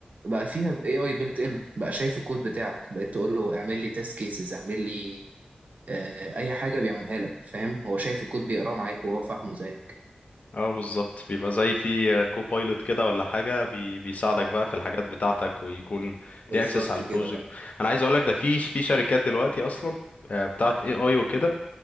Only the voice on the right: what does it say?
بقى فيها اي اي بيلت ان بقى شايف الكود بتاعك بقيت تقول له اعمل لي تيست كيسز اعمل لي آه، اي حاجه بيعملها لك فاهم هو شايف الكود بيقراه معاك وهو فاهمه زيك
بالظبط
كده بقى